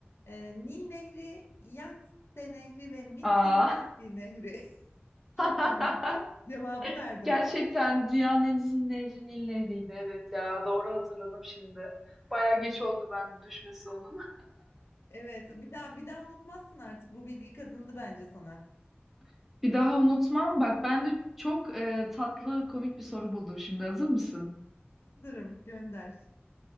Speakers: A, on the left; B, in the centre.
A: e, Nil Nehri, Yangtze Nehri ve Mississippi
B: Aa.
A: Nehri. <laughs> Çok
B: <laughs>
A: fena cevabı verdim.
B: Gerçekten dünyanın en uzun nehri Nil Nehri'ydi. Evet ya doğru hatırladım şimdi. Bayağı geç oldu bende düşmesi onun.
A: Evet, bir daha bir daha unutmazsın artık. Bu bilgi kazındı bence sana.
B: <laughs> Bir daha unutmam. Bak ben de çok e, tatlı komik bir soru buldum şimdi. Hazır mısın?
A: Hazırım, gönder.